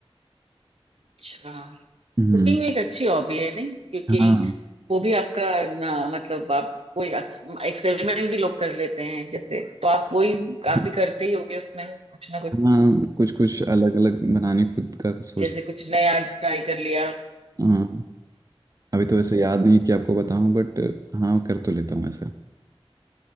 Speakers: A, on the right (about 80°); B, on the right (about 35°).
A: अच्छा
B: हम्म
A: कुकिंग एक अच्छी हॉबी है नहीं क्योंकि
B: हाँ
A: वो भी आपका ना मतलब आप कोई एक्सपेरिमेंट भी लोग कर लेते हैं जैसे तो आप वही
B: <laughs>
A: आप भी करते ही होगे उसमें कुछ ना कुछ
B: हाँ कुछ कुछ अलग अलग बनाने खुद का सोचते
A: जैसे कुछ नया ट्राई कर लिया
B: हैं। हाँ अभी तो वैसे याद नहीं है कि आपको बताऊं बट हाँ कर तो लेता हूँ ऐसा